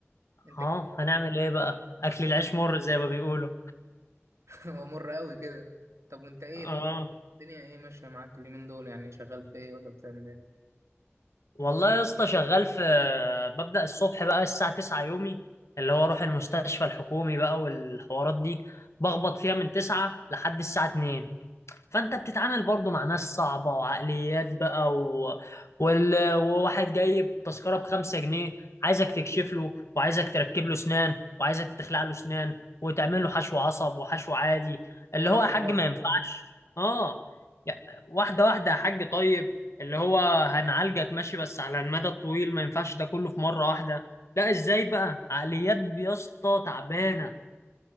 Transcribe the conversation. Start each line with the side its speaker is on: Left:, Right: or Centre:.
Right: انت
Left: اه
Right: كده
Left: هنعمل ايه بقى اكل
Right: <laughs>
Left: العيش مر زي ما بيقولوا
Right: هو مر قوي كده طب وانت ايه
Left: اه
Right: طيب الدنيا ايه ماشيه معاك اليومين دول يعني شغال في ايه ولا بتعمل ايه
Left: والله يا اسطى شغال في ببدأ الصبح بقى الساعة 9 يومي اللي هو اروح المستشفى الحكومي بقى والحوارات دي بخبط فيها من 9 لحد الساعة 2 فانت بتتعامل برضو مع ناس صعبة وعقليات بقى و... وال... وواحد جايب تذكرة بخمسة جنيه عايزك تكشف له وعايزك تركب له سنان وعايزك تخلع له سنان وتعمل له حشو عصب وحشو عادي اللي
Right: يا
Left: هو
Right: الله
Left: يا حاج ما ينفعش اه يا- واحدة واحدة يا حاج طيب اللي هو هنعالجك ماشي بس على المدى الطويل ما ينفعش ده كله في مرة واحدة لا ازاي بقى عقليات يا اسطى تعبانة